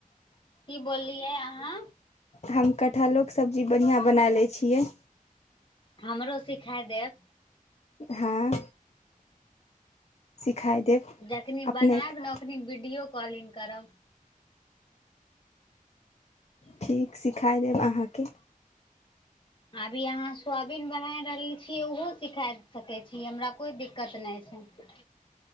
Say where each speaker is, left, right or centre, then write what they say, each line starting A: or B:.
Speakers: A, on the left; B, on the left.
A: की बोललियै अहाँ
B: हम कटहलोके सब्जी बढ़िआँ बनाय लै छियै
A: हमरो सिखााय देब
B: हँ सिखाय देब
A: जखनी
B: अपनेके
A: बनायब ने ओखनी वीडियो कॉलिंग करब
B: ठीक सिखाय देब अहाँके
A: अभी अहाँ सोबीन बनाए रहल छियै ओहो सिखा सकै छीिय हमरा कोइ दिक्कत नहि छै